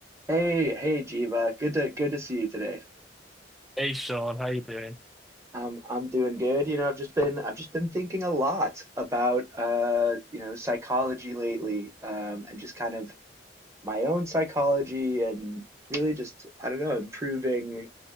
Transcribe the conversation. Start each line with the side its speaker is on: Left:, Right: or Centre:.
Right: Hey, hey, Jiva. Good to good to see you today.
Centre: Hey Sean, how you doing?
Right: Um, I'm doing good. You know, I've just been I've just been thinking a lot about uh, you know, psychology lately, um, and just kind of my own psychology and really just I don't know, improving,